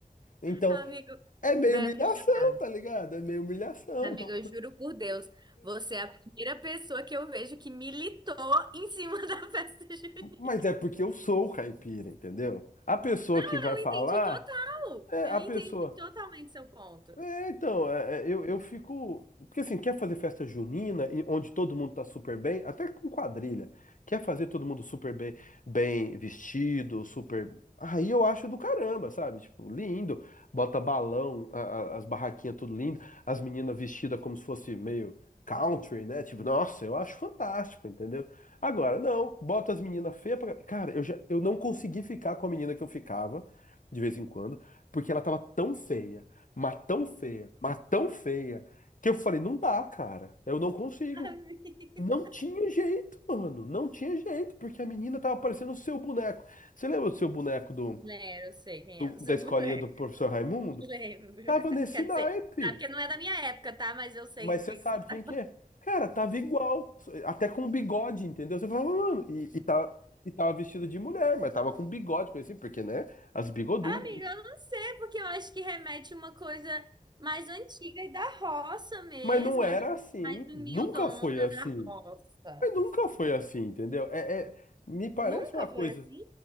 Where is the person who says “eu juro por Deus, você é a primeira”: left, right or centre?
Right